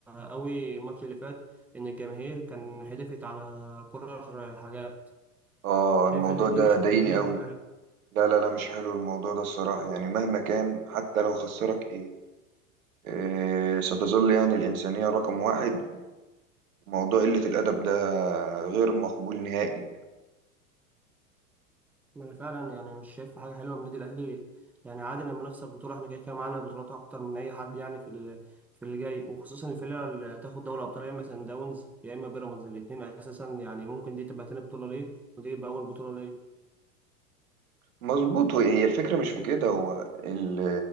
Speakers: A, in the centre; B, on the right.
A: قوي الماتش اللي فات ان الجماهير كان هدفت على كرر حاجات
B: اه
A: شايف
B: الموضوع
A: اللي دي
B: ده
A: مش
B: ضايقني
A: من النادي
B: قوي لا لا لا مش حلو الموضوع ده الصراحة يعني مهما كان حتى لو خسرك ايه, إيه ستظل يعني الإنسانية رقم واحد وموضوع قلة الأدب ده غير مقبول نهائي
A: ما انا فعلا يعني مش شايف حاجه حلوه من النادي الاهلي يعني عادي لما نخسر بطوله احنا كده كده معانا بطولات اكتر من اي حد يعني في ال- في اللي جاي وخصوصا الفرقه اللي هتاخد دوري ابطال يا اما سان داونز يا اما بيراميدز الاثنين اساسا يعني ممكن دي تبقى تاني بطوله ليه ودي تبقى اول بطوله ليه
B: مظبوط هو- هي الفكرة مش في كده هو ال-